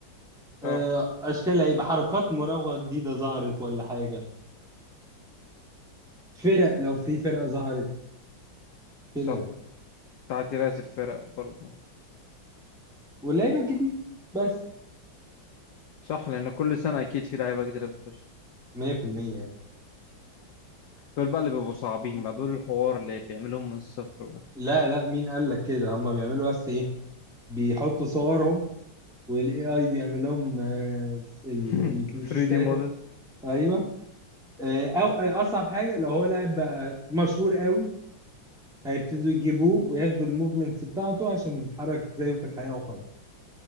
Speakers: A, in the centre; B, on the left.
A: آه
B: اه
A: اشكال لعيبه حركات مراوغه جديده ظهرت ولا حاجه فرق لو في فرقه ظهرت كده
B: صح تعديلات الفرق برضه
A: واللعيبه الجديده بس
B: صح لان كل سنه اكيد في لعيبه جديده بتخش
A: 100% يعني
B: دول بقى اللي بيبقوا صعبين بقى دول الحوار اللي بيعملوهم من الصفر بقى
A: لا لا مين قال لك كده هم بيعملوا بس ايه بيحطوا صورهم والاي اي بيعمل لهم آه، ال-
B: <laughs>
A: الوشوش
B: 3D
A: بتاعتهم
B: موديل
A: ايوه آه، او آه، اصعب حاجه لو هو لاعب بقى مشهور قوي هيبتدوا يجيبوه وياخدوا الموفمنتس بتاعته عشان بيتحرك زيه في الحياه وخلاص